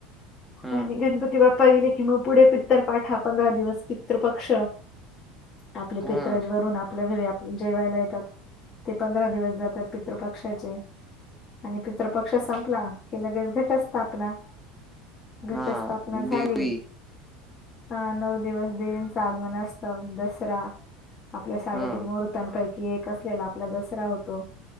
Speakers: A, in the centre; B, on the left.
A: हा
B: आणि गणपती बाप्पा गेले की मग पुढे पित्तर पाठा पंधरा दिवस पित्रपक्ष. आपले
A: हा
B: पित्रज वरून आपल्या घरी आप जेवायला येतात. ते पंधरा दिवस जातात पित्रपक्षाचे. आणि पित्रपक्ष संपला की लगेच घटस्थापना. घटस्थापना
A: हा
B: झाली
A: देवी
B: हा नऊ दिवस देवींचं आगमन असतं दसरा आपल्या साडेतीन
A: हा
B: मुहूर्तांपैकी एक असलेला आपला दसरा होतो,